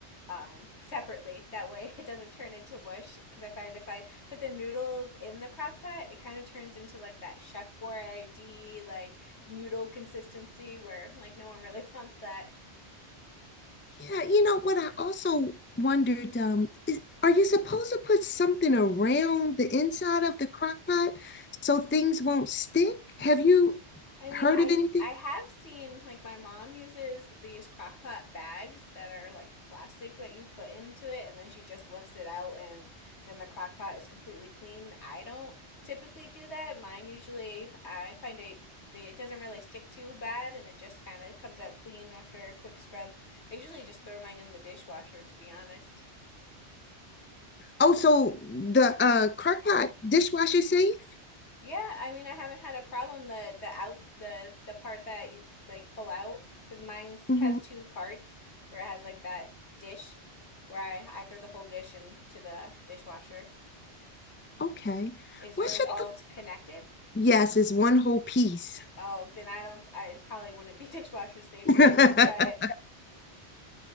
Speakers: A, on the left (about 75°); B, on the left (about 20°).
A: um, separately. That way <laughs> it doesn't turn into mush. Because I find if I put the noodles in the crock pot, it kind of turns into like that Chef Boyardee like noodle consistency where like no one really <laughs> wants that.
B: Yeah, you know what I also wondered um is are you supposed to put something around the inside of the crock pot so things won't stick? Have you
A: I mean,
B: heard
A: I
B: of anything?
A: I have seen like my mom uses these crock pot bags that are like plastic that you put into it and then she just lifts it out and then the crock pot is completely clean. I don't typically do that. Mine usually I find it it doesn't really stick too bad and it just kind of comes out clean after a quick scrub. I usually just throw mine in the dishwasher to be honest.
B: Oh, so the uh crock pot dishwasher safe?
A: Yeah, I mean, I haven't had a problem the the out the the part that you like pull out because mine
B: hmm
A: has two parts where it has like that dish where I I throw the whole dish into the dishwasher.
B: Okay.
A: Is
B: What's
A: yours
B: your
A: all
B: th-
A: t- connected?
B: yes, it's one whole piece.
A: Oh, then I don't. I it probably wouldn't be <laughs> dishwasher safe.
B: <laughs>
A: Then I want to try it.
B: <laughs>